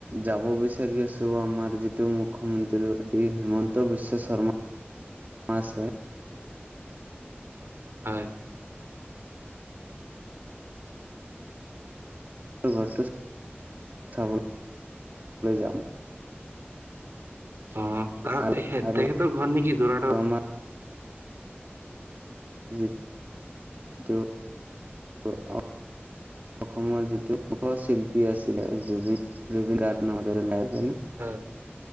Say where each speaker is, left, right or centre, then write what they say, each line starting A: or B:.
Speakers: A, on the right; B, on the right.
A: যাব বিচাৰি আছো আমাৰ যিটো মুখ্যমন্ত্ৰী এই হিমন্ত বিশ্ব। বিশ শৰ্মা আছে।
B: হয়।
A: ঘৰটো চাবলৈ যাম।
B: অ ত
A: আৰু
B: তেখেতৰ
A: আৰু
B: ঘৰত নেকি দৰা। <unintelligible>
A: আমাৰ ি <inaudible> অসমৰ যিটো মুখ শিল্পী আছিলে জুবিন জুবিনাৰ নাম এ লাই হয় নে <inaudible>
B: হয়